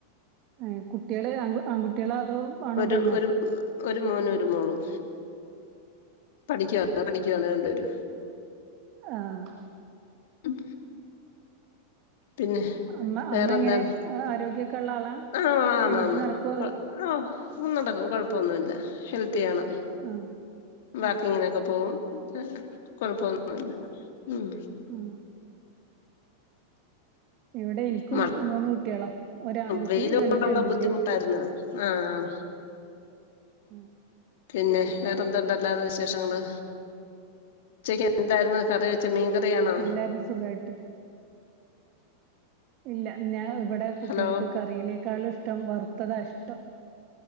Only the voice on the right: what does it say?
ഏഹ് കുട്ടികള് ആൺ ആൺകുട്ടിയാളോ അതോ? ആണും
പെണ്ണോ
ആഹ്
അമ്മ
അമ്മ എങ്ങനെ ആരോഗ്യൊക്കെ ഉള്ള ആളാ
എണീറ്റ് നടക്കോ
അതോ
ആഹ്
ആഹ്
ഉം ഇവിടെ എനിക്കും
മൂന്ന് കുട്ട്യോളാ ഒരാൺകുട്ടിയും
രണ്ട്
പെൺകുട്ടിയാളും.
ഉം
ല്ലാരും സുഖായിട്ട് ഇല്ല ഞാൻ ഇവിടെ കുട്ടികൾക്ക്
കറീനേക്കാളും ഇഷ്ടം വറുത്തതാ ഇഷ്ടം.